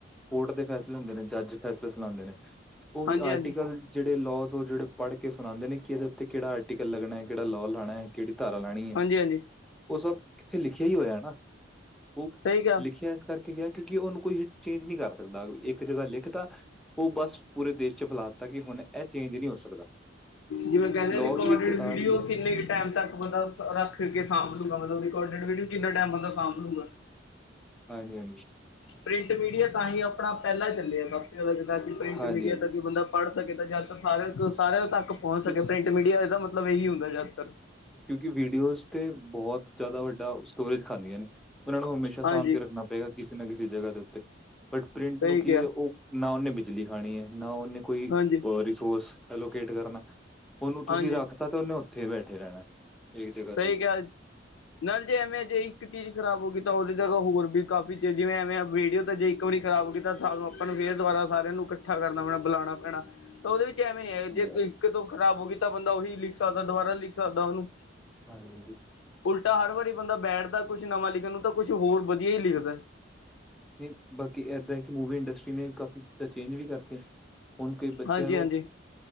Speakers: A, in the centre; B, on the left (about 85°).
A: ਕੋਰਟ ਦੇ ਫੈਸਲੇ ਹੁੰਦੇ ਨੇ, ਜੱਜ ਫੈਸਲੇ ਸੁਣਾਂਦੇ ਨੇ, ਤੇ ਉਹ
B: ਹਾਂਜੀ
A: ਹੀ ਆਰਟੀਕਲ
B: ਹਾਂਜੀ
A: ਜਿਹੜੇ ਲੌਜ਼, ਉਹ ਜਿਹੜੇ ਪੜਕੇ ਸੁਣਾਂਦੇ ਨੇ, ਕਿਹਦੇ ਉੱਤੇ ਕਿਹੜਾ ਆਰਟੀਕਲ ਲੱਗਣਾ ਹੈ, ਕਿਹੜਾ ਲੌ ਲਾਣਾ ਏ। ਕਿਹੜੀ ਧਾਰਾ ਲਾਉਣੀ ਏ,
B: ਹਾਂਜੀ ਹਾਂਜੀ
A: ਉਹ ਸਭ ਕਿੱਥੇ ਲਿਖਿਆ ਹੀ ਹੋਇਆ ਨਾ? ਓਕ
B: ਸਹੀ ਕਿਹਾ
A: ਲਿਖਿਆ ਸ ਕਰਕੇ ਗਿਆ ਕਿਉਂਕਿ ਉਹਨੂੰ ਕੋਈ ਚੇਂਜ ਨਹੀਂ ਕਰ ਸਕਦਾ ਇੱਕ ਜਗ੍ਹਾ ਲਿਖਤਾ ਉਹ ਬਸ ਪੂਰੇ ਦੇਸ਼ ਚ ਫੈਲਾ ਤਾ ਕਿ ਹੁਣ ਇਹ ਚੇਂਜ ਨਹੀਂ ਹੋ ਸਕਦਾ।
B: ਜਿਵੇੈਂ ਕਹਿੰਦੇ,
A: ਲੌ
B: ਰਿਕਾਰਡੀੜ
A: ਵੀ ਇੱਕ ਕਿਤਾਬ
B: ਵੀਡੀਓ
A: ਹੀ ਹੈ
B: ਕਿੰਨੇ ਟਾਈਮ ਤੱਕ ਬੰਦਾ ਰੱਖਕੇ ਸਾਂਭਲੂਗਾ, ਮਤਲਬ ਰਿਕਾਰਡੀਡ ਵਿਡੀੳ ਕਿਨਾੰ ਟਾਈਮ ਬੰਦਾ ਸਾਂਭ ਲੂਗਾ।
A: ਹਾਂਜੀ-ਹਾਂਜੀ।
B: ਪ੍ਰਿੰਟ ਮੀਡੀਆ ਤਾਂ ਹੀ ਆਪਣਾ ਪਹਿਲਾਂ ਚੱਲਿਆ ਕਾਫੀ ਜਿਆਦਾ ਜਿਦਾ ਕਿ, ਪ੍ਰਿੰਟ
A: ਹਾਂਜੀ
B: ਮੀਡੀਆ
A: ਹਾਂਜੀ
B: ਤ ਕਿ ਬੰਦਾ ਪੜ੍ਹ ਸਕੇ ਤਾਂ ਜਿਆਦਾਤਰ ਹਰ ਇੱਕ ਸਾਰਿਆਂ ਤੱਕ ਪਹੁੰਚ
A: ਕਿਉਂ
B: ਸਕੇ, ਪ੍ਰਿੰਟ ਮੀਡੀਆ, ਇਹਦਾ ਮਤਲਬ ਇਹੀ ਹੁੰਦਾ ਜ਼ਿਆਦਾਤਰ।
A: ਕਿਉਂਕਿ ਵੀਡੀਓਜ਼ ਤੇ ਬਹੁਤ ਜ਼ਿਆਦਾ, ਵੱਡਾ ਸਟੋਰੇਜ ਖਾਂਦੀਆਂ ਨੇ। ਉਹਨਾਂ ਨੂੰ ਹਮੇਸ਼ਾ ਸਾਂਭ
B: ਹਾਂਜੀ
A: ਕੇ ਰੱਖਣਾ ਪਏਗਾ ਕਿਸੇ ਨਾ ਕਿਸੇ ਜਗ੍ਹਾ ਦੇ ਉੱਤੇ, ਬਟ ਪ੍ਰਿੰਟ
B: ਸਹੀ
A: ਨੂੰ ਕੀ
B: ਕਿਹਾ
A: ਹੈ, ਉਹ ਨਾ ਉਹਨੇ ਬਿਜਲੀ ਖਾਣੀ ਏ, ਨਾ ਉਹਨੇ ਕੋਈ
B: ਹਾਂਜੀ
A: ਅ ਰੀਸੋਰਸ ਐਲੋਕੇਟ ਕਰਨਾ ਉਹਨੂੰ ਤੁਸੀਂ
B: ਹਾਂਜੀ
A: ਰੱਖਤਾ ਤੇ ਉਹਨੇ ਉੱਥੇ ਈ ਬੈਠੇ ਰਹਿਣਾ। ਇੱਕ ਜਗ੍ਹਾ
B: ਸਹੀ
A: ਤੇ ਹੀ
B: ਕਿਆ ਨਾਲ ਜੇ ਐਵੇਂ ਜੇ ਇੱਕ ਚੀਜ਼ ਖ਼ਰਾਬ ਹੋ ਗਈ ਤਾਂ, ਉਹਦੀ ਜਗ੍ਹਾ ਹੋਰ ਵੀ ਕਾਫ਼ੀ'ਚ ਜਿਵੇਂ ਐਵੇਂ ਆ ਵੀੇਡੀਓ ਤੇ ਜੀ ਇੱਕ ਵਾਰੀ ਖਰਾਬ ਹੋਗੀ ਤਾ ਸਾਨੂੰ ਆਪਣ ਫੇਰ ਦੁਬਾਰਾ ਸਾਰਿਆਂ ਨੂੰ ਇਕੱਠਾ ਕਰਨਾ ਪੈਣਾ, ਬੁਲਾਉਣਾ ਪੈਣਾ। ਤਾਂ ਉਹਦੇ ਵਿੱਚ ਐਵੇਂ ਹੈਗਾ, ਜੇ ਕੋਈ
A: ਹਾਂਜੀ
B: ਇੱਕ-ਦੋ ਖਰਾਬ ਹੋ ਗਈ ਤਾਂ ਬੰਦਾ ਉਹੀ ਲਿਖ ਸਕਦਾ ਦੁਬਾਰਾ ਲਿਖ ਸਕਦਾ ਉਹਨੂੰ।
A: ਭਰ ਜੇਗੀ
B: ਉਲਟਾ ਹਰ ਵਾਰੀ ਬੰਦਾ ਬੈਠਦਾ ਕੁਛ ਨਵਾਂ ਲਿਖਣ ਨੂੰ, ਤਾਂ ਕੁਛ ਹੋਰ ਵਧੀਆ ਈ ਲਿਖਦਾ।
A: ਨਹੀਂ ਬਾਕੀ ਏਦਾਂ ਹੈ ਕਿ, ਮੂਵੀ ਇੰਡਸਟਰੀ ਨੇ ਕਾਫੀ ਚੇਂਜ ਵੀ ਕਰਤੀ। ਹੁਨ ਕਈ ਬੱਚਿਆਂ
B: ਹਾਂਜੀ
A: ਨੂੰ
B: ਹਾਂਜੀ